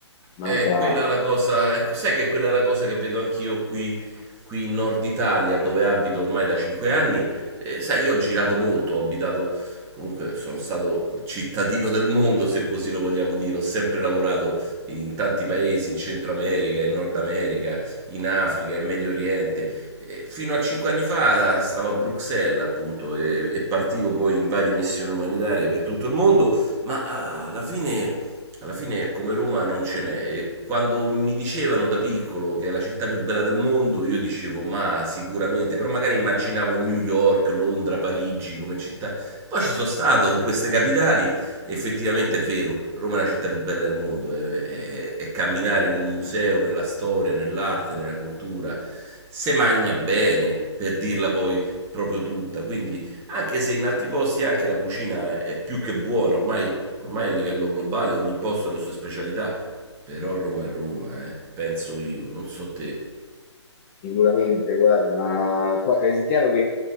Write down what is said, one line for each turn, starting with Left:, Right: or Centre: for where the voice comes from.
Left: manca
Right: Eh, quella è la cosa, ecco, sai che quella è la cosa che vedo anch'io qui, qui in Nord Italia, dove abito ormai da 5 anni. Eh, sai, io ho girato molto, ho abitato, comunque sono stato cittadino del mondo, se così lo vogliamo dire. Ho sempre lavorato in tanti paesi, in Centro America, in Nord America, in Africa, in Medio Oriente. Eh, fino a 5 anni fa stavo a Bruxelles, appunto, e, e partivo poi in varie missioni umanitarie per tutto il mondo, ma ah, alla fine alla fine come Roma non ce n'è e quando mi dicevano da piccolo che è la città più bella del mondo, io dicevo ma sicuramente, però magari immaginavo New York, Londra, Parigi come città. Poi ci sono stato in queste capitali e effettivamente è vero, Roma è la città più bella del mondo, è, è- è camminare in un museo, nella storia, nell'arte, nella cultura, se magna bene, per dirla poi proprio tutta, quindi anche se in altri posti anche la cucina è più che buona, ormai Ormai a livello globale ogni posto ha le sue specialità, però Roma è Roma, eh, penso io, non so te.
Left: Sicuramente, guarda, ma poi è chiaro che